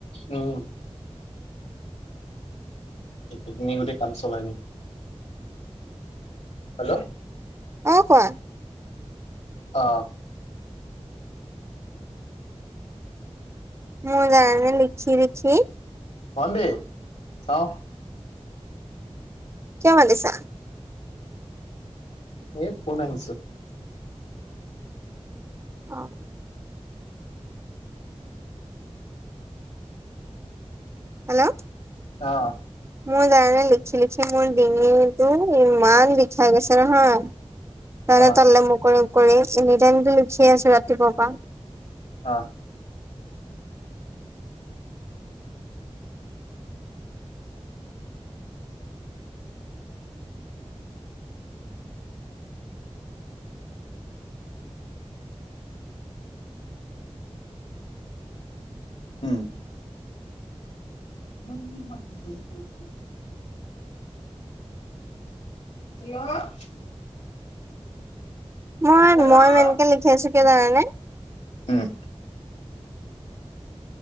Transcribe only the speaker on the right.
অ কোৱা?
মোৰ জানানে, লিখি-লিখি
কিয় মাতিছা?
অ'। হেল্ল'!
মোৰ জানে লিখি-লিখি মোৰ ডিঙিটো, ইমান লিখা গৈছে নহয়।
<unintelligible> তলে মোৰ কৰি মোহ কৰি, এনি টাইমো লিখিয়ে আছো ৰাতিপুৱা পৰা।
মই,
মই এনেকে লিখি আছো, কিয় জানানে?